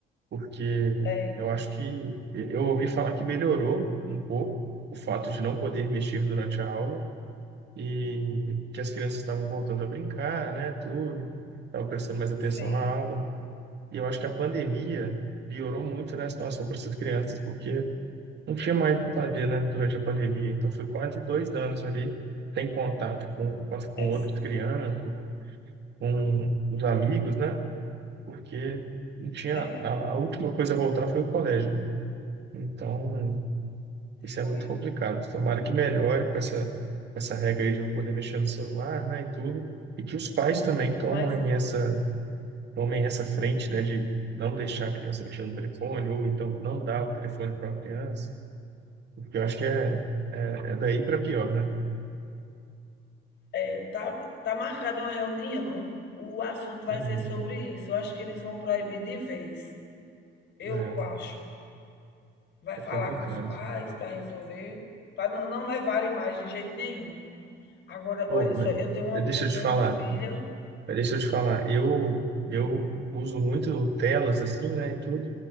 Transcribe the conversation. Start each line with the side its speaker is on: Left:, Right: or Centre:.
Right: porque
Left: é.
Right: eu acho que eu ouvi falar que melhorou um pouco o fato de não poder mexer durante a aula e que as crianças estavam voltando a brincar, né, tudo, estavam prestando mais atenção
Left: Sim,
Right: na aula. E eu acho que a pandemia piorou muito, né, a situação para essas crianças, porque não tinha mais o que fazer, né, durante a pandemia. Então foi quase dois anos ali sem contato com, com, as- com
Left: é
Right: outras
Left: sim.
Right: crianças, com os amigos, né, porque não tinha
Left: É,
Right: a, a última coisa a voltar foi o colégio, né? Então, isso
Left: foi.
Right: é muito complicado. Tomara que melhore com essa, essa regra aí de não poder mexer no celular, né, e tudo. E que os pais também tomem
Left: Mas
Right: essa, tomem essa frente, né, de não deixar a criança mexer no telefone, ou então não dar o telefone para a criança, porque eu acho que é, é, é daí para pior, né?
Left: é, tá, tá marcada uma reunião, o assunto vai
Right: Uhum.
Left: ser sobre isso. Eu acho que eles vão proibir de vez. Eu
Right: É,
Left: acho. Vai
Right: é
Left: falar
Right: complicado.
Left: com os pais para resolver, para não, não levarem mais de jeito nenhum. Agora,
Right: Ô,
Left: olha só,
Right: mas
Left: eu tenho uma,
Right: deixa
Left: eu
Right: eu te
Left: tenho
Right: falar,
Left: uma filha
Right: mas deixa eu te falar, eu,
Left: de.
Right: eu uso muito telas assim, né, e tudo,